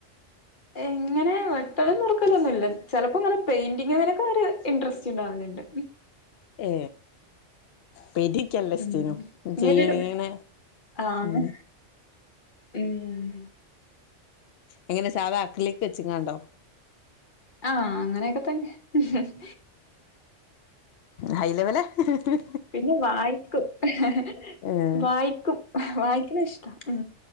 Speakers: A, on the left; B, on the left.
A: എങ്ങനെ വെട്ടലും നുറുക്കലൊന്നുല്ല ചിലപ്പോങ്ങനെ പെയിന്റിങ്ങങ്ങനൊക്കെ ഒരു ഇന്ററസ്റ്റ് ഉണ്ടാവലുണ്ട്
B: ഏ പെയിന്റനിക്കല്ല സ്റ്റീനോ
A: ഉം ഇങ്ങനൊരു
B: ചെയ്യ നീനെ
A: ആഹ്
B: ഉ
A: ഉം
B: എങ്ങനെ സാധാ അക്ലിക്ക് വെച്ചിങ്ങാണ്ടോ
A: ആഹ അങ്ങനൊക്കെ തന്നെ ഹ് ഹ്
B: ഹൈലെവല ഹ് ഹ്
A: പിന്നെ വായിക്കും ഹ് ഹ് ഹ
B: ഏഹ്
A: വായിക്കും വായിക്കണഷ്ടാ ഉ